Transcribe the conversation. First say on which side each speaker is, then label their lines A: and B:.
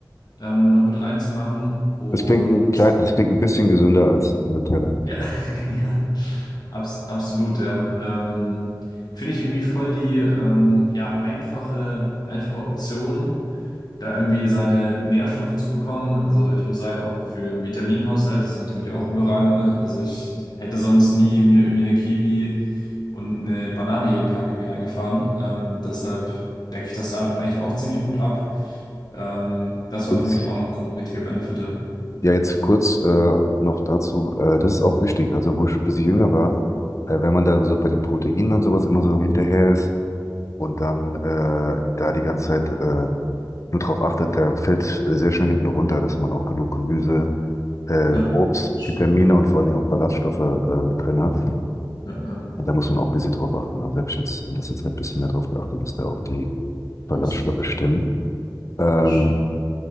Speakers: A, on the left; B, on the left.
A: ähm, noch mit reinzumachen. Und
B: Das klingt ein klein, das klingt ein bisschen gesünder als Nutella.
A: Ja, <laughs> ja, abs absolut, ja. Ähm, finde ich irgendwie voll die ähm, ja, einfache, einfache Option, da irgendwie seine Nährstoffe zu bekommen. Also ich muss sagen, auch für den Vitaminhaushalt ist das natürlich auch überragend, ne? Also ich hätte sonst nie mir irgendwie eine Kiwi und eine Banane jeden Tag irgendwie reingefahren. Ähm, deshalb decke ich das damit eigentlich auch ziemlich gut ab. Ähm, das war
B: Ist,
A: für mich auch nochmal so ein richtiger Benefit. Ja,
B: ja, jetzt kurz äh, noch dazu. Äh, das ist auch wichtig. Also, wo ich ein bisschen jünger war, äh, wenn man da so bei den Proteinen und sowas immer so hinterher ist und dann äh, da die ganze Zeit äh, nur darauf achtet, der fällt sehr schnell hinten runter, dass man auch genug Gemüse, äh,
A: Ja,
B: Obst,
A: das stimmt.
B: Vitamine und vor allen Dingen auch Ballaststoffe äh, mit drin hat.
A: Ja, ja,
B: Und da muss man auch ein bisschen drauf achten. Also selbst jetzt in letzter Zeit ein bisschen mehr drauf geachtet, dass da auch die Ballaststoffe
A: absolut.
B: stimmen. Ähm,
A: Das stimmt.